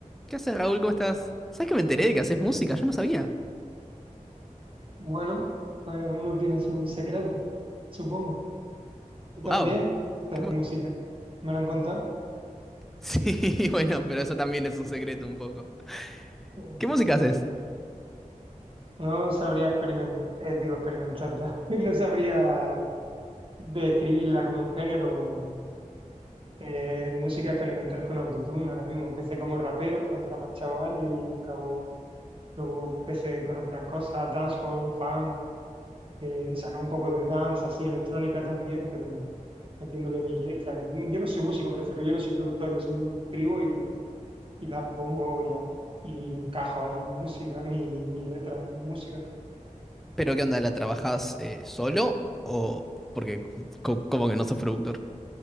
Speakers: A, in the centre; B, on the right.
A: ¿Qué haces, Raúl? ¿Cómo estás? ¿Sabes que me enteré de que haces música? Yo no sabía.
B: Bueno, pues uno tiene su secreto, supongo. ¿Tú también?
A: ¡Wow!
B: Sí,
A: <laughs>
B: música. ¿Me lo han contado?
A: Sí, bueno, pero eso también es un secreto un poco.
B: Mm.
A: ¿Qué música haces?
B: No sabría experimentar, digo, experimentarla. <laughs> No sabría describirla con un género. eh, música experimental con autotune. Ahora mismo empecé como rapero cuando era más chaval y acabo, luego empecé con otras cosas, dancehall, funk, eh, saca un poco de dance, así electrónica también, pero me- metiéndole mis letras. Yo no soy músico, me refiero, yo no soy productor, yo simplemente escribo y y la pongo y la y encajo ahí mi música, mi, mis letras, en música.
A: ¿Pero qué onda? ¿La trabajás eh, solo o porque co- como que no sos productor?